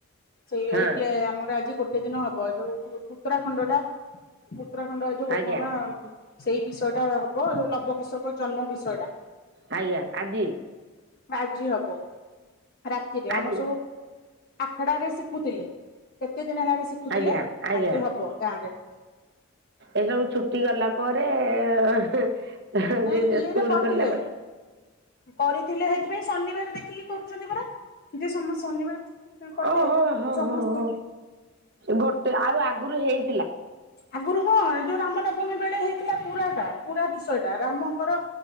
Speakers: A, on the left (about 45°); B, on the right (about 55°).
A: ସେଇ
B: ହଁ।
A: ଏଇଠେ ଆମର ଆଜି ଗୋଟ ଗୋଟେ ଦିନ ହବ ଯୋଉ ଉତ୍ତରାଖଣ୍ଡ ଟା ଉତ୍ତରାଖଣ୍ଡ ଯୋଉ
B: ଆଜ୍ଞା
A: କଣ ସେଇ ବିଷୟ ଟା ହବ ଜଉ ଲବ କୃଷକ ଜନ୍ମ ବିଷୟ ଟା।
B: ହାଇଆ ଆଜି?
A: ଆଜି ହବ। ରାତିରେ ଆମର
B: ଆଜି
A: ସବୁ ଆଠଟାରେ ଶିଖୁଥିଲେ କେତେ ଦିନ ହେଲାଣିି ସି ଖୁଥିଲେ
B: ଆଜ୍ଞା ଆଜ୍ଞା
A: ଆଜି ହବ ଗାଁରେ।
B: ଏସବୁ ଛୁଟି ଗଲା ପରେ ହେଁ ହେଁ
A: ନାଇଁ ଇଏରେ
B: ସ୍କୁଲ
A: କରିଥିଲେ
B: ଖୋଲିଲା ପରେ।
A: କରିଥିଲେ ହେଇଥିପାଇଁ ଶନିିବାର ଦେଖିକି କରୁଛନ୍ତି ପରା। ଯେ ସମସ୍ତେ ଶନିବାର <inaudible> କଲେ
B: ଓହୋ ହୋ
A: ସମସ୍ତେ
B: ହୋ ହୋ ଗୋଟେ ଆଉ ଆଗରୁ ହେଇ
A: ଆଗରୁ ହଁ ଯୋଉ ରାମ ନବମୀ ବେଳେ ହେଇଥିଲା ପୁରାଟା ପୁରା ବିଷୟଟା ରାମଙ୍କର